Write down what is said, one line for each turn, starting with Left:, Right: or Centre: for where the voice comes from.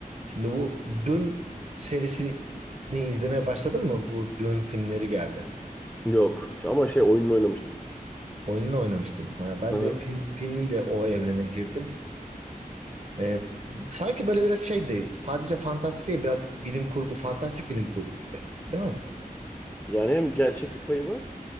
Right: Şimdi bu Dün serisini izlemeye başladın mı? Bu Dün filmleri geldi.
Centre: Yok. Ama şey oyununu oynamıştım.
Right: Oyununu oynamıştın. Ha, ben
Centre: Hı hı.
Right: de film, filmiyle o evrene girdim. Ee, sanki böyle biraz şey değil. Sadece fantastik değil. Biraz bilim kurgu, fantastik bilim kurgu gibi. Değil mi?
Centre: Yani hem gerçeklik payı var